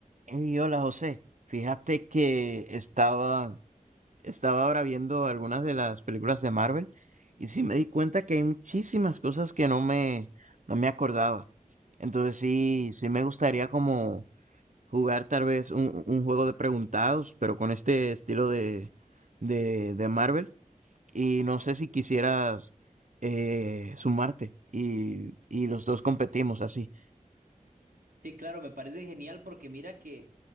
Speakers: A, on the right; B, on the right.
A: Hey, hola José, fíjate que estaba, estaba ahora viendo algunas de las películas de Marvel y sí me di cuenta que hay muchísimas cosas que no me, no me acordaba. Entonces sí, sí me gustaría como jugar tal vez un, un juego de preguntados, pero con este estilo de, de, de Marvel. Y no sé si quisieras eh, sumarte y, y los dos competimos así.
B: Sí, claro, me parece genial porque mira que